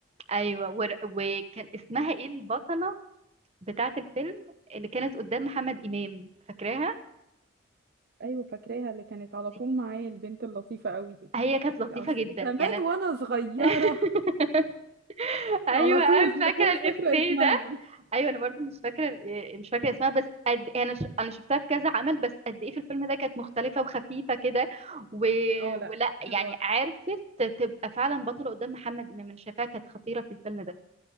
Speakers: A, on the right; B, on the right.
A: ايوه ور... وكان اسمها ايه البطله بتاعة الفيلم اللي كانت قدام محمد إمام فاكراها
B: أيوة فاكراها اللي كانت على
A: دي؟
B: طول معايا البنت اللطيفة قوي دي
A: هي كانت لطيفة
B: أصل
A: جدا
B: زمان
A: يعني أنا
B: وأنا صغيرة
A: <laughs> ايوه
B: على طول
A: انا
B: بس
A: فاكره
B: أنا مش
A: الافيه
B: فاكرة اسمها
A: ده ايوه انا برضو مش فاكره ال- آه، مش فاكره اسمها بس قد إيه، انا ش... انا شفتها في كذا عمل بس قد ايه في الفيلم ده كانت مختلفه وخفيفه كده و...
B: اه لا
A: ولا
B: كانت حلوة
A: يعني عرفت تبقى فعلا بطله قدام محمد امام انا شايفاها كانت خطيره في الفيلم ده